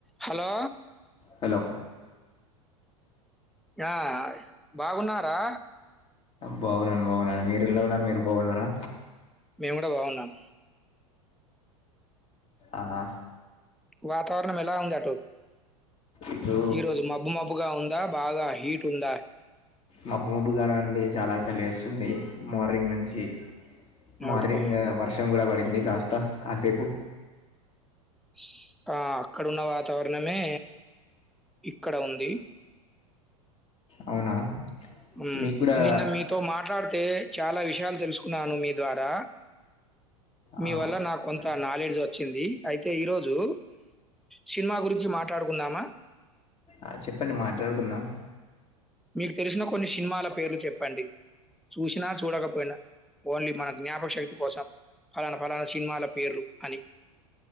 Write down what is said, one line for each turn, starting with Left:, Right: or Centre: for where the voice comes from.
Centre: Hello
Left: hello
Centre: ఆ బాగున్నారా
Left: బాగునను బాగునను మీరు ఏలా ఉన్నారు మీరు బాగున్నారా
Centre: మేము గూడా బాగున్నాం
Left: అ ఆ
Centre: వాతారణం ఎలా ఉంది అటు
Left: ఇటు
Centre: ఈరోజు మబ్బు మబ్బు గా ఉందా బాగా హీట్ ఉందా
Left: మబ్బు మబ్బు కానివండి చాలా చలిస్తుంది మార్నింగ్ నుంచి మార్నింగ్
Centre: ఓకే.
Left: వర్షం గూడా పడింది కాస్త కాసేపు
Centre: ష్ ఆ అక్కడ ఉన్న వాతావరణమే ఇక్కడ ఉంది
Left: అవునా
Centre: హ్మ్
Left: మీకు కూడా
Centre: నిన్న మీతో మాట్లాడితే చాలా విషయాలు తెలుసుకున్నాను మీ ద్వారా మీ
Left: ఆ
Centre: వల్ల నాకు
Left: చెప్పండి
Centre: కొంత నాలెడ్జ్ వొ వచ్చింది అయితే ఈరోజు సినిమా గురించి మాట్లాడుకుందామా
Left: ఆ చెప్పండి మాట్లాడుకుందాం
Centre: మీకు తెలిసిన కొన్ని సినిమాల పేర్లు చెప్పండి చూసినా చూడకపోయినా ఓన్లీ మన జ్ఞాపక శక్తి కోసం ఫలానా పలానా సినిమాల పేర్లు అని